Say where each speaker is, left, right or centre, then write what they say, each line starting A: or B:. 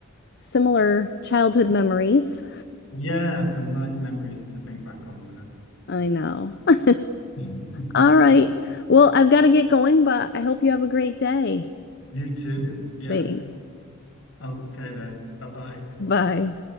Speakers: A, on the left; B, on the left.
A: similar childhood memories.
B: Yeah, some nice memories to think back on there.
A: I know. <laughs>
B: <laughs>
A: All right. Well, I've got to get going, but I hope you have a great day.
B: You too. Yeah.
A: Thanks.
B: Okay then. Bye bye.
A: Bye.